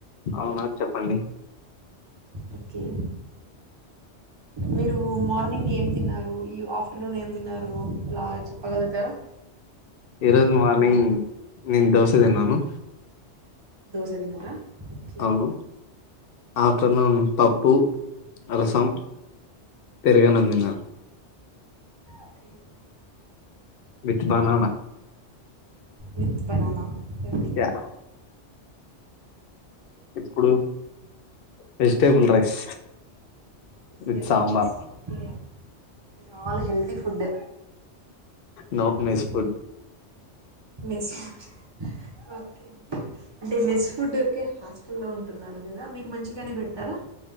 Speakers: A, on the left; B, on the right.
A: అవునా చెప్పండి
B: ఓకే మీరు మార్నింగ్ ఏం తిన్నారు ఈ ఆఫ్టర్నూన్ ఏం తిన్నారు ఇలాగా చెప్పగలుగుతారా
A: ఈరోజు మార్నింగ్
B: అంటే
A: నేను దోసతిన్నాను
B: దోస తీన్నారా ఓకే
A: అవును ఆఫ్టర్నూన్ పప్పు రసం పెరుగన్నం తిన్న
B: okay
A: with banana
B: with banana okay
A: yeah ఇప్పుడు vegetable rice
B: vegetable
A: with sambar
B: rice okay ఆ all healthy food
A: no mess
B: okay
A: food
B: mess food okay అంటే మెస్ ఫుడ్ హాస్టల్లో ఉంటున్నారు కదా మీకు మంచిగానే పెడతారా